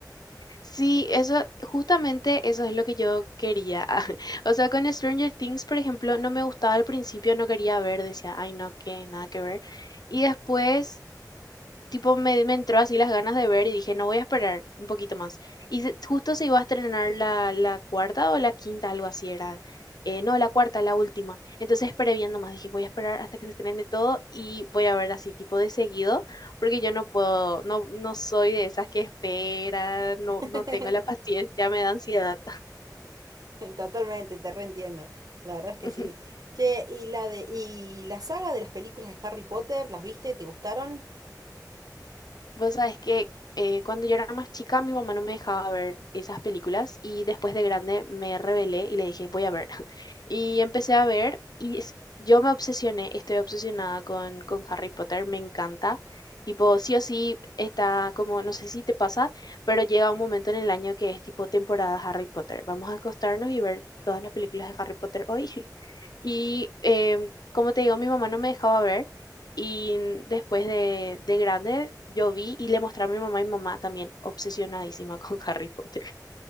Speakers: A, on the left; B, on the right.
A: Sí, eso, justamente eso es lo que yo quería. <laughs> O sea, con Stranger Things, por ejemplo, no me gustaba al principio, no quería ver, decía, ay, no, que nada que ver. Y después tipo me, me entró así las ganas de ver y dije, no voy a esperar un poquito más. Y se- justo se iba a estrenar la, la cuarta o la quinta, algo así era. Eh, no, la cuarta, la última. Entonces esperé viendo más, dije, voy a esperar hasta que se estrene todo y voy a ver así tipo de seguido, porque yo no puedo, no, no soy de esas que esperan, no, no
B: <laughs>
A: tengo la <laughs> paciencia, me da ansiedad.
B: Totalmente, te reentiendo. La verdad es que
A: <laughs>
B: sí. Che, y la de, y la saga de las películas de Harry Potter, ¿las viste? ¿Te gustaron?
A: Vos sabés que eh, cuando yo era más chica, mi mamá no me dejaba ver esas películas y después de grande me rebelé y le dije, voy a ver. <laughs> Y empecé a ver y es- yo me obsesioné, estoy obsesionada con, con Harry Potter, me encanta. Tipo, sí o sí está como, no sé si te pasa, pero llega un momento en el año que es tipo temporada Harry Potter. Vamos a acostarnos y ver todas las películas de Harry Potter hoy. <laughs> Y em, como te digo, mi mamá no me dejaba ver. Y n- después de, de grande, yo vi y le mostré a mi mamá y mi mamá también obsesionadísima con <laughs> Harry Potter.